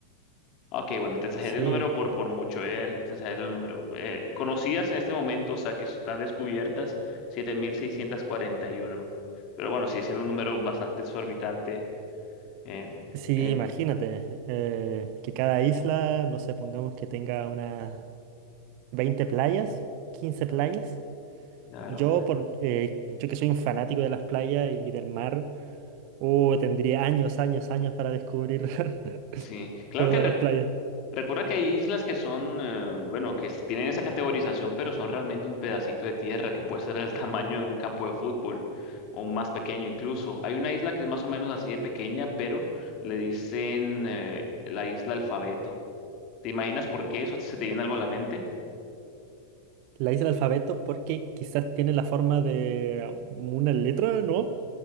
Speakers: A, on the left (about 40°); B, on the right (about 45°).
A: Ok, bueno, te exageré
B: Sí,
A: el número por, por mucho, eh, te exageré el número. Eh, conocidas en este momento, o sea, que están descubiertas, siete mil seiscientos cuarenta y uno, Pero bueno, sigue siendo un número bastante exorbitante. eh,
B: sí,
A: eh,
B: imagínate, eh, que cada isla, no sé, pongamos que tenga una... 20 playas, 15 playas.
A: claro,
B: Yo, por, eh, yo que soy un fanático de las playas y del mar, oh, tendría años, años, años para descubrir <laughs>
A: sí. Claro
B: todas
A: que re-
B: las playas.
A: recuerda que hay islas que son, eh, bueno, que s- tienen esa categorización, pero son realmente un pedacito de tierra que puede ser el <laughs> tamaño de un campo de fútbol o más pequeño incluso. Hay una isla que es más o menos así de pequeña, pero le dicen, eh, la isla Alfabeto. ¿Te imaginas por qué eso se te viene algo a la mente?
B: La hice el alfabeto porque quizás tiene la forma de una letra, ¿no?